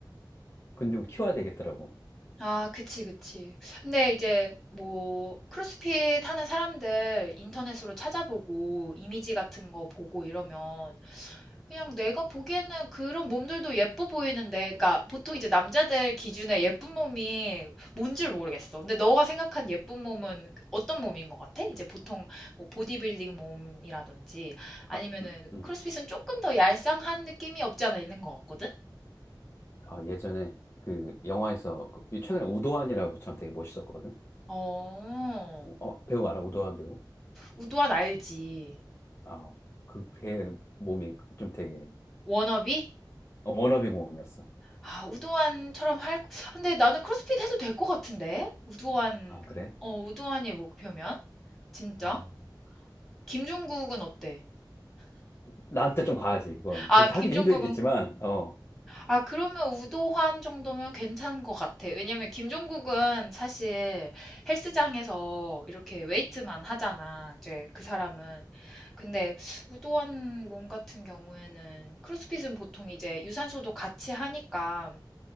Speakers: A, on the left; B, in the centre.
A: 근육을 키워야 되겠더라고.
B: 아, 그치, 그치. 근데 이제 뭐 크로스핏 하는 사람들 인터넷으로 찾아보고 이미지 같은 거 보고 이러면 그냥 내가 보기에는 그런 몸들도 예뻐 보이는데, 그러니까 보통 이제 남자들 기준에 예쁜 몸이 뭔지 모르겠어. 근데 너가 생각한 예쁜 몸은 어떤 몸인 것 같아? 이제 보통 뭐 보디빌딩 몸이라든지 아니면은
A: 아, 음.
B: 크로스핏은 조금 더 얄쌍한 느낌이 없지 않아 있는 것 같거든?
A: 아, 예전에 그 영화에서 그- 이 최근에 우도환이라고 참 되게 멋있었거든.
B: 어,
A: 우- 어, 배우 알아? 우도환 배우?
B: 우도환 알지.
A: 아, 그, 걔 몸이 좀 되게
B: 워너비?
A: 어, 워너비 몸이었어.
B: 아, 우도환처럼 할, 근데 나는 크로스핏 해도 될 것 같은데? 우도환,
A: 아, 그래?
B: 어, 우도환이 목표면? 진짜?
A: 어.
B: 김종국은 어때?
A: 나한테 좀 과하지, 그건.
B: 아,
A: 그렇게
B: 김종국은,
A: 하기도 힘들겠지만, 어.
B: 아, 그러면 우도환 정도면 괜찮은 것 같아. 왜냐면 김종국은 사실 헬스장에서 이렇게 웨이트만 하잖아. 이제 그 사람은. 근데 우도환 몸 같은 경우에는 크로스핏은 보통 이제 유산소도 같이 하니까